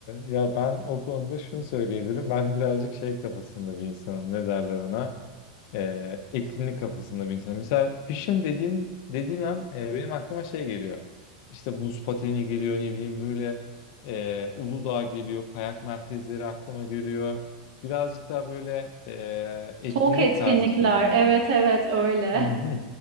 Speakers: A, on the left; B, on the right.
A: ya ben o konuda şunu söyleyebilirim. Ben birazcık şey kafasında bir insanım. Ne derler ona? e, etkinlik kafasında bir insan. Mesela kışın dediğin, dediğin an e, benim aklıma şey geliyor. İşte buz pateni geliyor ne bileyim böyle e, Uludağ geliyor, kayak merkezleri aklıma geliyor. Birazcık daha böyle e, etkinlik
B: Soğuk etkinlikler.
A: tarzı şeyler geliyor.
B: Evet evet öyle.
A: Hı